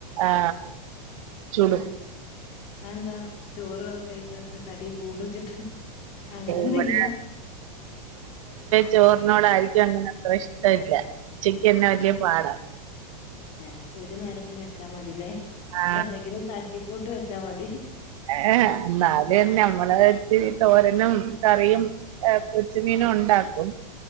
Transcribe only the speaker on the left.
അതെന്ത ചോര് കഴി പറ്റാത്ത തടി കൂട് വച്ചിട്ടാ അങ്ങനെ എന്തെങ്കിലാ
ആ
ഏ അപ്പൊ ഒരു നേരത്തിന് വെച്ചാ മതില്ലേ
അപ്പൊ എന്തെങ്കിലും തട്ടിക്കൂട്ട് വെച്ചാ മതി